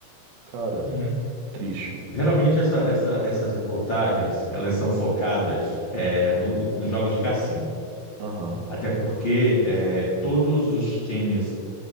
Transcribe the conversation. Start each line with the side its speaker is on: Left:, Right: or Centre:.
Right: Cara,
Left: Uhum.
Right: triste.
Left: Geralmente essa- essa- essas reportagens elas são focadas é, no- nos jogos de cassino.
Right: Aham,
Left: Até porque é, todos os times,